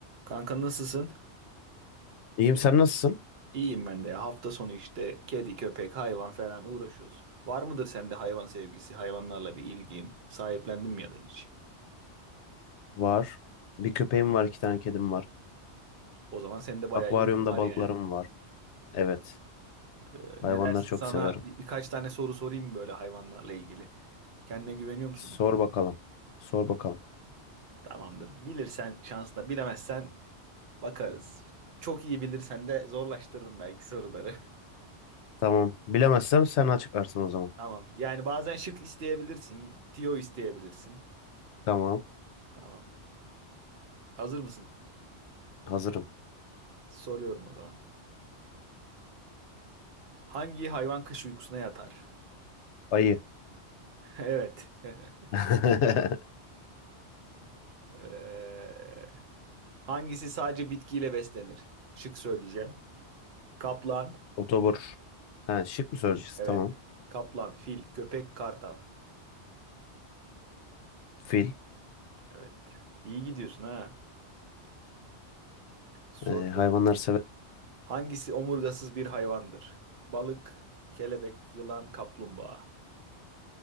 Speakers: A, on the right; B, on the left.
A: Kanka nasılsın?
B: İyiyim sen nasılsın?
A: İyiyim ben de ya. Hafta sonu işte kedi, köpek, hayvan falan uğraşıyoruz. Var mıdır sende hayvan sevgisi, hayvanlarla bir ilgin? Sahiplendin mi ya da hiç?
B: Var. Bir köpeğim var, iki tane kedim var.
A: O zaman sende bayağı
B: Akvaryumda
A: ilgin var
B: balıklarım
A: yani.
B: var. Evet.
A: Ee,
B: Hayvanları
A: ne dersin
B: çok
A: sana
B: severim.
A: bir- birkaç tane soru sorayım böyle hayvanlarla ilgili. Kendine güveniyor musun
B: Sor
A: bu konuda?
B: bakalım. Sor bakalım.
A: Tamamdır. Bilirsen şansla, bilemezsen bakarız. Çok iyi bilirsen de zorlaştırırım belki soruları. <laughs>
B: Tamam. Bilemezsem sen açıklarsın o zaman.
A: Tamam. Yani bazen şık isteyebilirsin, tiyo isteyebilirsin.
B: Tamam.
A: Tamam. Hazır mısın?
B: Hazırım.
A: Soruyorum o zaman. Hangi hayvan kış uykusuna yatar?
B: Ayı.
A: <laughs> Evet. <laughs>
B: <laughs>
A: Ee, hangisi sadece bitkiyle beslenir? Şık söyleyeceğim. Kaplan.
B: Otobur. Ha, şık mı söyleyeceksin?
A: Evet.
B: Tamam.
A: Kaplan, fil, köpek, kartal.
B: Fil.
A: Evet. İyi gidiyorsun ha. Soruyorum.
B: Ee, hayvanları sever.
A: Hangisi omurgasız bir hayvandır? Balık, kelebek, yılan, kaplumbağa.